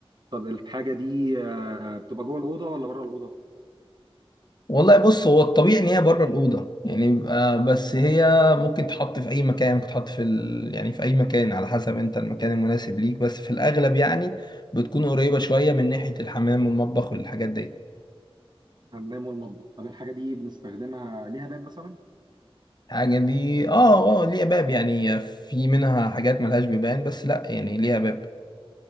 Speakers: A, on the right; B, on the left.
A: طب الحاجة دي آه، بتبقى جوه الأوضة ولا بره الأوضة؟
B: والله بص هو الطبيعي ان هي بره الاوضه يعني بيبقى بس هي ممكن تحط في اي مكان ممكن تحط في ال... يعني في اي مكان على حسب انت المكان المناسب ليك بس في الاغلب يعني بتكون قريبه شويه من ناحيه الحمام والمطبخ والحاجات دي
A: الحمام والمطبخ طب الحاجة دي بنستخدمها ليها باب مثلا؟
B: الحاجه دي اه اه ليها باب يعني في منها حاجات ملهاش بيبان بس لا يعني ليها باب